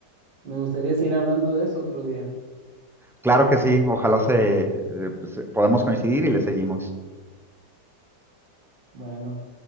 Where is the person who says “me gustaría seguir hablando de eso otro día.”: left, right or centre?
Right